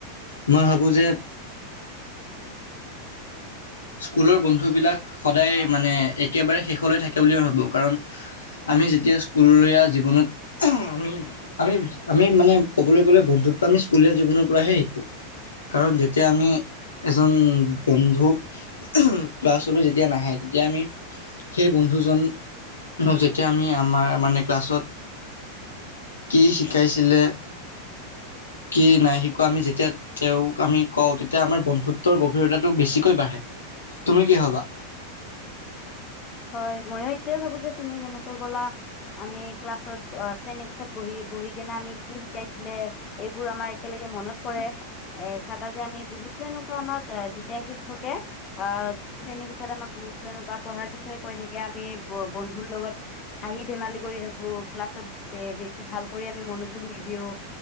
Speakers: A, on the left (about 70°); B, on the left (about 30°).
A: মই ভাবো যে স্কুলৰ ব- ন্ধুবিলাক সদায় মানে একেবাৰে শেষলৈ থাকে বুলি মই ভাবোঁ, কাৰণ আমি যেতিয়া স্কুলীয়া জীৱনত আমি - আমি - আমি মানে কবলৈ গ'লে বন্ধু ত্ব আমি স্কুলীয়া জীৱনৰ পৰাহে শিকোঁ। কাৰণ যেতিয়া আমি এজন বন্ধুক ক্লাছলৈ যেতিয়া নাহে, তেতিয়া আমি সেই বন্ধুজন যেতিয়া আমি আমাৰ মানে ক্লাছত কি শিকাইছিলে কি নাই শিকোৱা, আমি যেতিয়া তেওঁক আমি কওঁ, তেতিয়া আমাৰ বন্ধুত্বৰ গভীৰতাটো বেছিকৈ বাঢ়ে। তুমি কি ভাবা?
B: হয়, ময়ো এইটোৱে ভাবো যে তুমি যেনেকৈ ক'লা আমি ক্লাছত অ'- শ্ৰেণীকোঠাত বহি- বহি কিনে আমি কি শিকাইছিলে, এইবোৰ আমাৰ একেলগে মনত পৰে। এ চাবা যে আমি বহুতো এনেকুৱা আমাক যেতিয়া শিক্ষকে অ'- শ্ৰেণীকোঠাত আমাক বহুতো এনে পঢ়া বিষয়ে কৈ থাকে, আমি ব- বন্ধুৰ লগত হাঁহি-ধেমালি কৰি থাকোঁ, ক্লাছত বে- বেছি ভাল নকৰি আমি মনোযোগ নিদিওঁ।